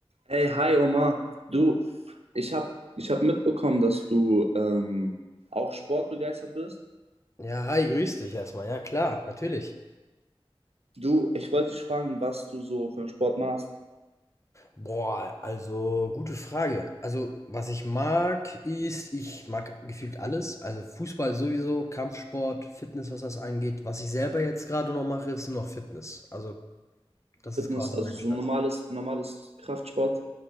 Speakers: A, on the right (about 80°); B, on the left (about 30°).
A: Hey, hi Omar. Du, ich habe ich hab mitbekommen, dass du ähm, auch sportbegeistert bist.
B: Ja, hi, grüß dich erstmal. Ja, klar, natürlich.
A: Du, ich wollte dich fragen, was du so für einen Sport machst.
B: Boah, also gute Frage. Also, was ich mag, ist, ich mag gefühlt alles. Also Fußball sowieso, Kampfsport, Fitness, was das angeht. Was ich selber jetzt gerade noch mache, ist nur noch Fitness. Also, das
A: Fitness,
B: ist quasi
A: also
B: mein
A: so
B: Stand.
A: normales, normales Kraftsport.